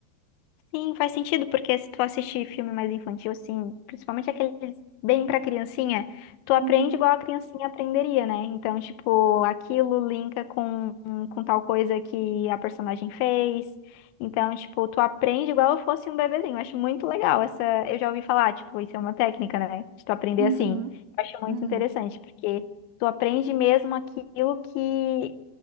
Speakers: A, on the left; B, on the right.
A: Sim, faz sentido, porque se tu assistir filme mais infantil, assim, principalmente aqueles bem pra criancinha, tu aprende
B: Uhum,
A: igual a criancinha aprenderia, né? Então, tipo, aquilo linka com, com tal coisa que a personagem fez. Então, tipo, tu aprende igual eu fosse um bebezinho. Eu acho muito legal essa. Eu já ouvi falar, tipo, isso é uma técnica, né? De tu aprender
B: uhum,
A: assim. Eu acho muito
B: uhum.
A: interessante, porque tu aprende mesmo aquilo que